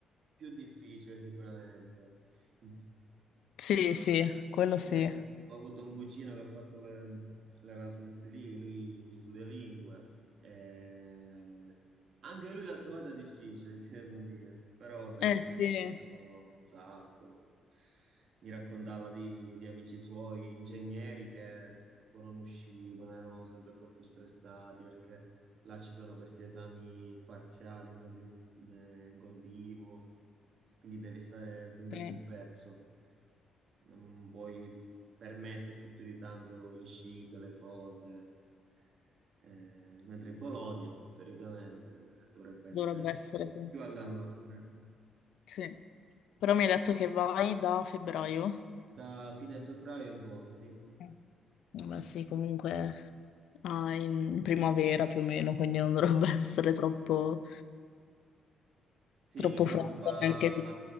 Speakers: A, on the right; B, on the left.
A: più difficile sicuramente. <laughs>
B: Sì, sì, quello sì.
A: Poi ho, ho avuto un cugino che ha fatto le- l'Erasmus lì, lui studia lingue, e anche lui l'ha trovata difficile, <laughs> ti devo dire, però vabbè,
B: Eh
A: si è divertito
B: sì,
A: un sacco. Mi raccontava di, di amici suoi, ingegneri che tipo non uscivano, erano sempre troppo stressati perché là ci sono questi esami parziali in, conti- in eh, in continuo, quindi devi stare sempre
B: sì,
A: sul pezzo, non puoi permetterti più di tanto le uscite, le cose, Eh, mentre in Bologna teoricamente dovrebbe essere
B: dovrebbe essere, sì.
A: più alla mano. ecco.
B: Sì. Però mi hai detto che vai da febbraio?
A: Da fine febbraio in poi, sì.
B: Eh. Vabbè, sì, comunque Ah, in primavera più o meno, quindi non dovrebbe <laughs> essere troppo,
A: Sì,
B: troppo
A: mi preoccupa
B: freddo neanche lì.